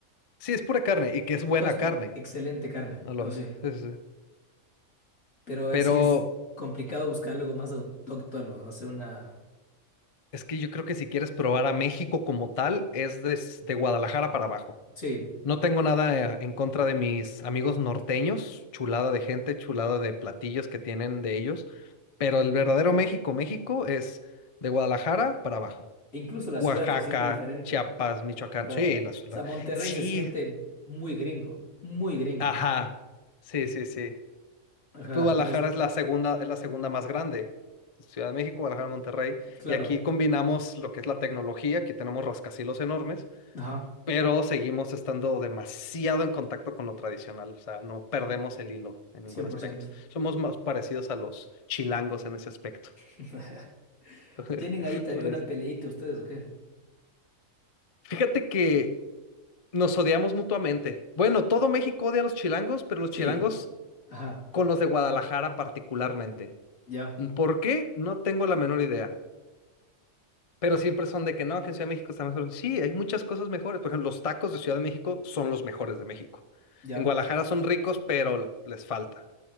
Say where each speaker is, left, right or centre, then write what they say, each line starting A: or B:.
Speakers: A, on the left (about 40°); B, on the left (about 70°).
A: Sí, es pura carne y que es buena
B: Todo es
A: carne.
B: pu- excelente carne,
A: No lo
B: no sé.
A: sé.
B: Pero
A: Pero
B: eh, sí es complicado buscar algo más autóctono, no sé, una...
A: es que yo creo que si quieres probar a México como tal, es des- de, Guadalajara para abajo.
B: Sí,
A: No tengo nada eh, en contra de mis amigos norteños, chulada de gente, chulada de platillos que tienen de ellos, pero el verdadero México, México es de Guadalajara para abajo.
B: incluso la
A: Oaxaca,
B: ciudad se siente diferente.
A: Chiapas, Michoacán.
B: Ajá.
A: Sí, las-
B: O
A: la-
B: sea, Monterrey
A: sí,
B: se siente muy gringo, muy gringo.
A: ajá. Sí, sí, sí.
B: Ajá,
A: Y pues Guadalajara
B: es...
A: es la segunda, es la segunda más grande. Ciudad de México, Guadalajara, Monterrey.
B: claro.
A: Y aquí combinamos lo que es la tecnología, aquí tenemos rascacielos enormes,
B: Ajá,
A: pero seguimos estando demasiado en contacto con lo tradicional, o sea, no perdemos el hilo en
B: 100%,
A: ningún aspecto. Somos más parecidos a los chilangos en ese aspecto.
B: <laughs>
A: <laughs>
B: ¿Tienen ahí también
A: Como les
B: una peleita ustedes o qué?
A: Fíjate que nos odiamos mutuamente. Bueno, todo México odia a los chilangos, pero los
B: Sí,
A: chilangos
B: ajá,
A: con los de Guadalajara particularmente.
B: ya.
A: ¿Por qué? No tengo la menor idea. Pero siempre son de que no, que en Ciudad de México está mejor. Sí, hay muchas cosas mejores. Por ejemplo, los tacos de Ciudad de México son los mejores de México.
B: Ya,
A: En Guadalajara son ricos, pero les falta.